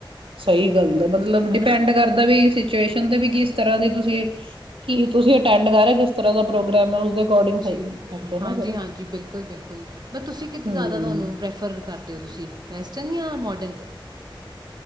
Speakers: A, on the right (about 85°); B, on the right (about 50°).
A: ਸਹੀ ਗੱਲ ਆ ਮਤਲਬ
B: ਹੈ
A: ਡਿਪੈਂਡ
B: ਨਾ
A: ਕਰਦਾ ਵੀ ਸਿਚੁਏਸ਼ਨ ਚੁੰਦੇ ਵੀ ਕਿਸ ਤਰ੍ਹਾਂ ਦੇ ਤੁਸੀਂ ਕੀ ਤੁਸੀਂ ਅਟੈਂਡ ਕਰਹੇ ਇਸ ਤਰ੍ਹਾਂ ਦਾ ਪ੍ਰੋਗਰਾਮ ਹੈ ਉਸਦੇ ਅਕੋਰਡਿੰਗ
B: ਜੀ,
A: ਸਹੀ ਲੱਗਦਾ ਨਾ
B: ਹਾਂਜੀ
A: ਫਿਰ
B: ਹਾਂਜੀ ਬਿਲਕੁਲ ਬਿਲਕੁਲ ਬ ਤੁਸੀਂ ਕਿੱਤੇ
A: ਹਮ
B: ਜ਼ਿਆਦਾ ਤੁਹਾਨੂੰ ਪ੍ਰੈਫਰ ਕਰਦੇ ਹੋ ਤੁਸੀਂ ਵੈਸਟਰਨ ਜਾਂ ਮੋਡਰਨ